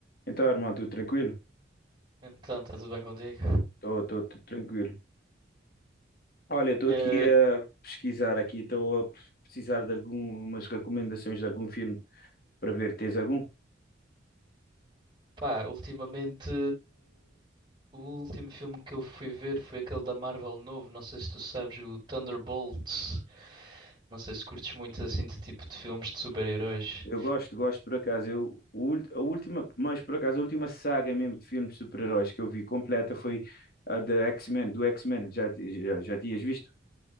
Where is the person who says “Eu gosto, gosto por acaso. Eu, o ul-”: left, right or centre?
Left